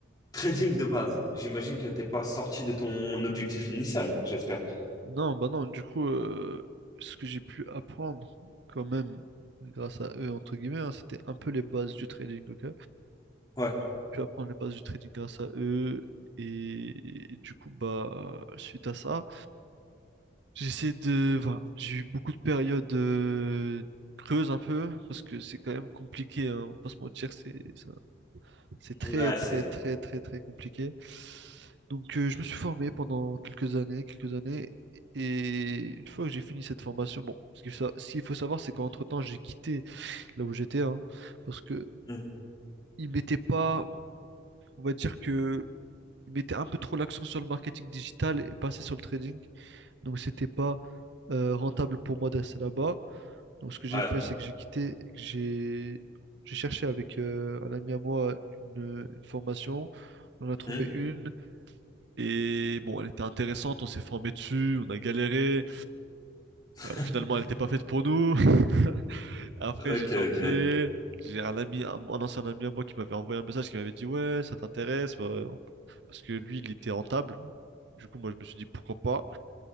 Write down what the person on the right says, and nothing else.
Non, bah non, du coup, euh, ce que j'ai pu apprendre quand même grâce à eux, entre guillemets, hein, c'était un peu les bases du trading, ok?
J'ai pu apprendre les bases du trading grâce à eux, et, et du coup, bah, suite à ça, j'essaie de... Voilà, j'ai eu beaucoup de périodes euh, creuses un peu, parce que c'est quand même compliqué, hein, on va pas se mentir, c'est c'est c'est très,
très,
très, très, très compliqué. Donc, euh, je me suis formé pendant quelques années, quelques années. Et une fois que j'ai fini cette formation, bon, ce qu'il faut, sa- ce qu'il faut savoir, c'est qu'entre-temps, j'ai quitté là où j'étais, hein, parce que
ils mettaient pas, on va dire que ils mettaient un peu trop l'accent sur le marketing digital et pas assez sur le trading. Donc, c'était pas euh, rentable pour moi de rester là-bas. Donc, ce que j'ai
fait, c'est que j'ai quitté, j'ai j'ai cherché avec euh, un ami à moi une, une formation. On a trouvé
une et bon, elle était intéressante. On s'est formé dessus, on a galéré.
Euh, finalement, elle n'était pas faite pour nous. <laughs> Après,
j'ai changé.
J'ai un ami, un, un ancien ami à moi qui m'avait envoyé un message qui m'avait dit ouais, ça t'intéresse bah, on peut- parce que lui, il était rentable. Du coup, moi, je me suis dit pourquoi pas.